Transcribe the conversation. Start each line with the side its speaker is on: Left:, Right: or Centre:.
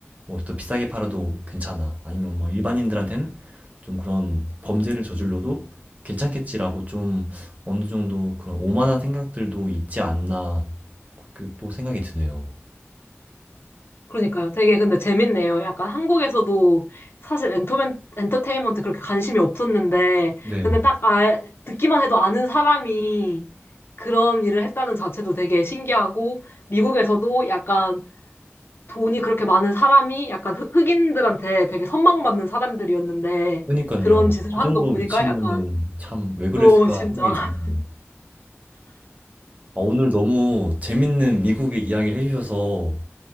Right: 뭐 더 비싸게 팔아도 괜찮아. 아니면 뭐 일반인들한테는 좀 그런 범죄를 저질러도 괜찮겠지라고 좀 어느 정도 그런 오만한 생각들도 있지 않나 그렇게 또 생각이 드네요.
Left: 그러니까요. 되게 근데 재밌네요. 약간 한국에서도 사실 엔터맨, 엔터테인먼트 그렇게 관심이 없었는데,
Right: 네.
Left: 근데 딱 아, 듣기만 해도 아는 사람이 그런 일을 했다는 자체도 되게 신기하고, 미국에서도 약간 돈이 그렇게 많은 사람이 약간 흑, 흑인들한테 되게 선망받는 사람들이었는데,
Right: 그니깐요.
Left: 그런 짓을
Right: 그
Left: 하는
Right: 정도
Left: 거 보니까
Right: 위치면은
Left: 약간,
Right: 참 '왜 그랬을까.'
Left: 어, 진짜.
Right: 생각이 드네요. 아 오늘 너무 재밌는 미국의 이야기를 해 주셔서